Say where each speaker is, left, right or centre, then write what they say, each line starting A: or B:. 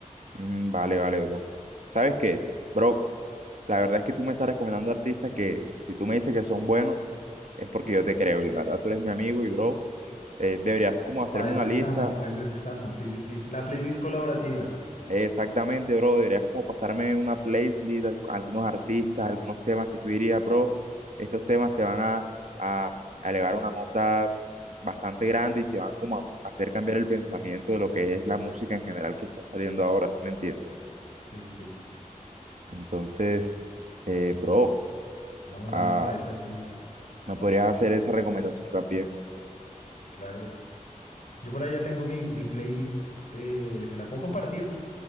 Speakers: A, on the right; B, on the left.
A: mm, vale, vale, bro. ¿Sabes qué? Bro, La verdad es que tú me estás recomendando artistas que si tú me dices que son buenos es porque yo te creo y la verdad tú eres mi amigo y bro, eh, deberías como hacerme
B: Para eso
A: una lista.
B: estamos, para eso estamos, sí, sí, sí. La playlist colaborativa,
A: eh, exactamente, bro, deberías como pasarme una playlist, al- algunos artistas, algunos temas que tú dirías, bro, estos temas te van a, a, a elevar una nota bastante grande y te van como a s- hacer cambiar el pensamiento de lo que es la música en general que está saliendo ahora, ¿sí me entiendes?
B: sí, sí, sí.
A: Entonces, eh, bro,
B: Vamos,
A: ah,
B: vamos para esa, sí,
A: ¿me podrías hacer esa recomendación también?
B: claro. Yo por allá tengo mi, mi playlist, eh, ¿se la puedo compartir?